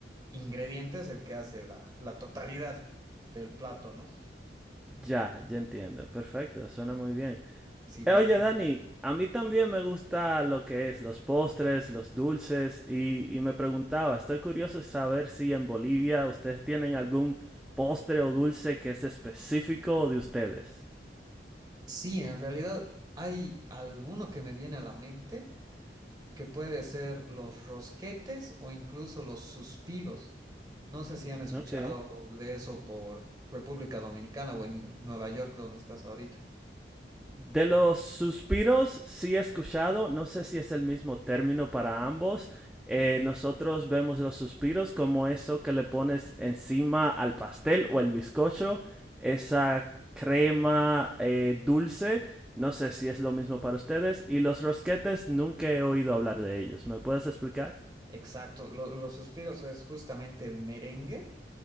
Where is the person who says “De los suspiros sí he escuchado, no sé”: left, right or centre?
Centre